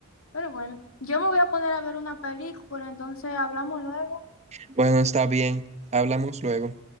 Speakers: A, on the left; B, on the right.
A: Pero bueno, yo me voy a poner a ver una película, entonces hablamos luego.
B: Bueno, está bien. Hablamos luego.